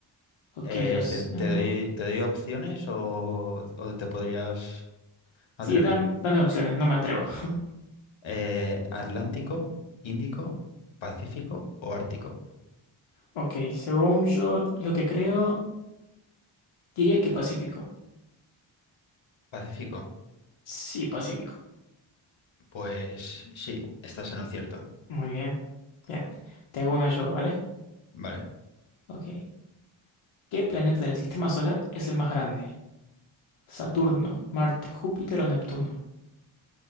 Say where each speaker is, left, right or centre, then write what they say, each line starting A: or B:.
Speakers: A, on the left; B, on the left.
A: Ok,
B: Eh,
A: el océano.
B: te, te doy, te doy opciones o, o te podrías atrever?
A: Sí, dam- dame opciones, no me atrevo. <laughs>
B: Eh, ¿Atlántico, Índico, Pacífico o Ártico?
A: Ok, según yo lo que creo, diría que Pacífico.
B: Pacífico.
A: Sí, Pacífico.
B: Pues sí, estás en lo cierto.
A: Muy bien. Bien, te hago una yo, ¿vale?
B: Vale.
A: Ok. ¿Qué planeta del sistema solar es el más grande? ¿Saturno, Marte, Júpiter o Neptuno?